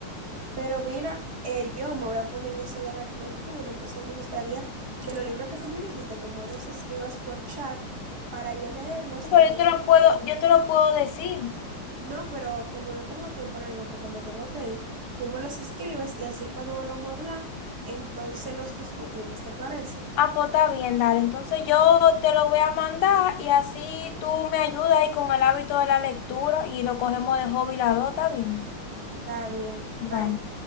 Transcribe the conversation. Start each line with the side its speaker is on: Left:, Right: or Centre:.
Right: pero mira, eh, yo me voy a poner en eso de la lectura, entonces me gustaría que los libros que tú me dijiste, tú me los escribas por chat para yo leerlos,
Left: Pero
Right: entonces
Left: yo te lo
Right: pues,
Left: puedo,
Right: cuando...
Left: yo te lo puedo decir.
Right: No, pero como no tengo tiempo ahora mismo porque me tengo que ir, tú me los escribes y así cuando volvamos a hablar, entonces los discutimos, ¿te parece?
Left: Ah, pues está bien, dale. Entonces yo te lo voy a mandar y así tú me ayudas ahí con el hábito de la lectura y lo cogemos de hobby la dos, está bien.
Right: Está bien,
Left: Vale.
Right: bye.